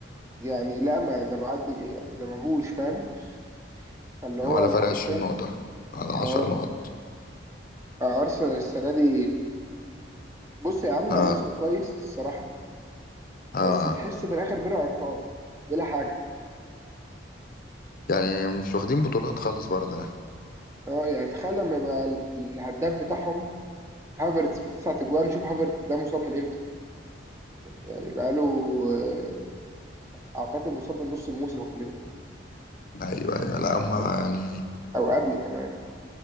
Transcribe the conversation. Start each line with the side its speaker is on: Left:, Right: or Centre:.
Right: يعني لا ما ده بعد يعني ده مجوش فاهم فاللي هو
Left: ولا
Right: انت
Left: فرق
Right: حرفيا
Left: 20 نقطة ولا 10
Right: اه
Left: نقط
Right: ارسنال السنه دي بص هي عامله
Left: اه
Right: موسم كويس الصراحه
Left: اه
Right: بس تحسه
Left: آه.
Right: في الاخر بلا ارقام بلا حاجه
Left: يعني مش واخدين بطولات خالص برضه يعني.
Right: اه يعني تخيل لما يبقى ال- الهداف بتاعهم هافرتس بتسعة اجوان شوف هافرتس ده مصاب من امتى يعني بقاله آه، اعتقد مصاب من نص الموسم غالبا
Left: ايوه ايوه لا هما
Right: او
Left: يعني
Right: أو قبل كمان